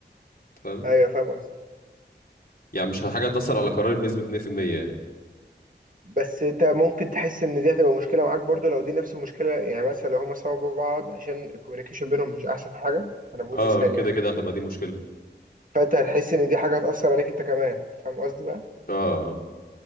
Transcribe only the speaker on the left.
أنت فاهم
يعني مش حاجة تأثر على قراري بنسبة 100% يعني
اه
كده
كده هتبقى دي مشكلة
اه آه.